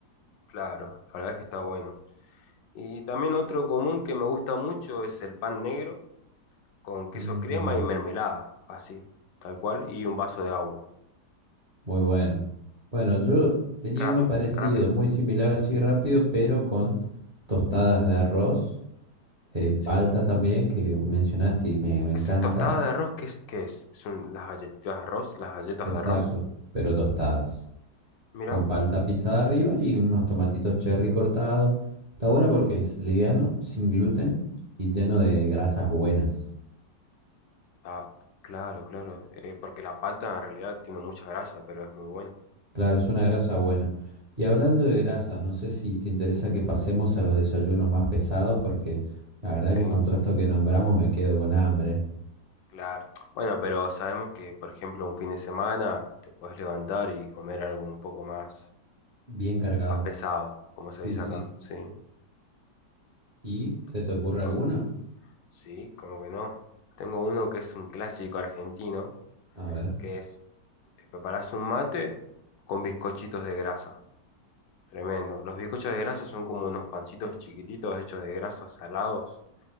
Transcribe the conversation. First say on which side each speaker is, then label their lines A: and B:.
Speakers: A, on the left; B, on the right.
A: Claro, la verdad es que está bueno. Y también otro común que me gusta mucho es el pan negro con queso
B: Mm,
A: crema y mermelada, así, tal cual, y un vaso de agua.
B: muy bueno. Bueno, yo tenía
A: Rápido,
B: uno parecido,
A: rápido.
B: muy similar así rápido, pero con tostadas de arroz, eh, palta
A: Sí.
B: también, que mencionaste y me, me encanta.
A: Es tostada de arroz, ¿qué es? ¿Qué es? Son las galletitas de arroz, las galletas
B: Exacto,
A: de arroz.
B: pero tostadas.
A: Mira.
B: con palta pisada arriba y unos tomatitos cherry cortados. Está bueno porque es liviano, sin gluten y lleno de grasas buenas.
A: Ah, claro, claro. Eh, porque la palta en realidad tiene mucha grasa, pero es muy buena.
B: Claro, es una grasa buena. Y hablando de grasas, no sé si te interesa que pasemos a los desayunos más pesados porque la verdad
A: Sí,
B: que con todo esto que nombramos me quedo con hambre.
A: claro. Bueno, pero sabemos que, por ejemplo, un fin de semana te puedes levantar y comer algo un poco más,
B: Bien cargado.
A: más pesado, como se
B: Sí,
A: dice
B: sí.
A: acá. Sí.
B: ¿Y se te
A: Con,
B: ocurre
A: con-
B: alguno?
A: sí, como que no. Tengo uno que es un clásico argentino,
B: A ver.
A: que es, te preparas un mate con bizcochitos de grasa. Tremendo. Los bizcochos de grasa son como unos pancitos chiquititos hechos de grasa salados.